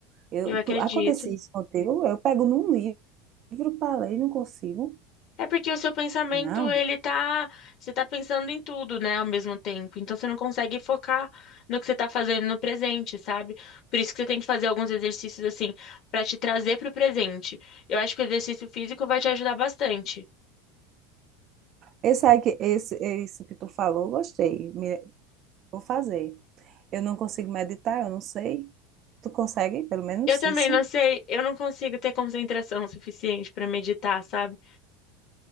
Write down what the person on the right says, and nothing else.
Eu,
tu, acontece isso contigo, eu pego num livro para ler e não consigo.
Não,
esse aí que, esse, isso que tu falou, gostei, me- vou fazer. Eu não consigo meditar, eu não sei. Tu consegue, pelo menos
isso?